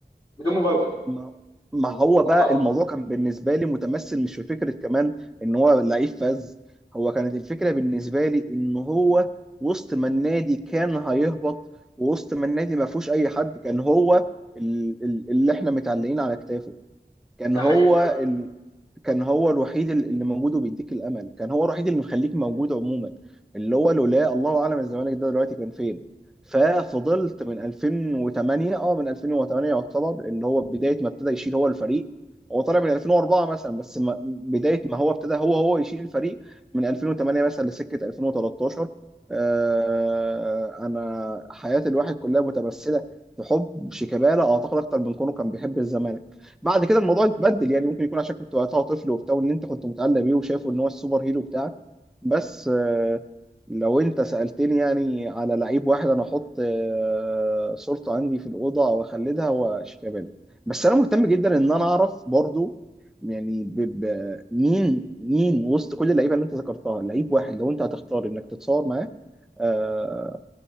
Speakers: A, on the left; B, in the centre.
A: بدون مبالغه
B: ما ما هو
A: و-
B: بقى الموضوع كان بالنسبه لي متمثل مش في فكره كمان ان هو لعيب فذ هو كانت الفكره بالنسبه لي ان هو وسط ما النادي كان هيهبط ووسط ما النادي ما فيهوش اي حد كان هو ال- ال- اللي احنا متعلقين على كتافه كان
A: ده
B: هو
A: حقيقي فعلا
B: كان هو الوحيد اللي موجود وبيديك الامل كان هو الوحيد اللي مخليك موجود عموما اللي هو لولا الله اعلم الزمالك ده دلوقتي كان فين ففضلت من 2008 اه من 2008 يعتبر اللي هو بدايه ما ابتدى يشيل هو الفريق هو طالع من 2004 مثلا بس ما بدايه ما هو ابتدى هو هو يشيل الفريق من 2008 مثلا لسكه 2013 آه انا حياه الواحد كلها متمثله في حب شيكابالا اعتقد اكتر من كونه كان بيحب الزمالك بعد كده الموضوع اتبدل يعني ممكن يكون عشان كنت وقتها طفل وبتاع وان انت كنت متعلق بيه وشايفه ان هو السوبر هيرو بتاعك بس آه، لو انت سألتني يعني على لعيب واحد انا احط آه، صورته عندي في الأوضة او اخلدها هو شيكابالا بس انا مهتم جدا ان انا اعرف برضو يعني ب- ب- مين مين وسط كل اللعيبه اللي انت ذكرتها لعيب واحد لو انت هتختار انك تتصور معاه آه،